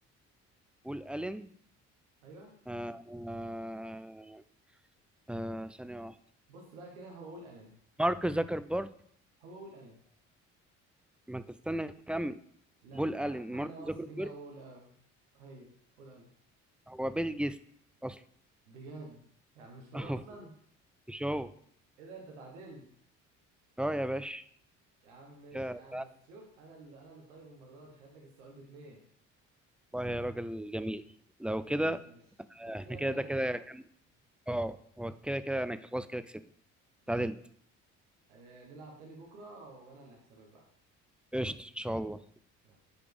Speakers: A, in the centre; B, on the right.
A: بول ألين
B: ايوه
A: آه آه آه ثانية واحدة
B: بص بقى كده هو اقول الين
A: مارك زكربرج
B: هو اقول الين
A: ما انت استنى كمل
B: لا
A: بول الين
B: انا انا
A: مارك
B: واثق
A: زوكربيرج
B: ان هو اقول هي قول الين
A: هو بيل جيتس اصلا
B: بجد يعني مش هو
A: <laughs>
B: اصلا
A: اهو مش هو
B: ايه ده انت تعادلت
A: اه يا باشا
B: يا عم ماشي
A: كده
B: يا عم بس شوف انا اللي انا اللي طيب المره دي خليت لك السؤال باتنين
A: والله يا راجل جميل لو كده
B: خلاص ماشي هكسبك
A: احنا كده
B: انا
A: ده
B: بكره
A: كده
B: بقى
A: كان اه هو كده كده انا خلاص كده كسبت
B: ماشي
A: تعادلت
B: آه نلعب تاني بكره وانا اللي هكسبك بقى
A: قشطة ان شاء الله
B: يلا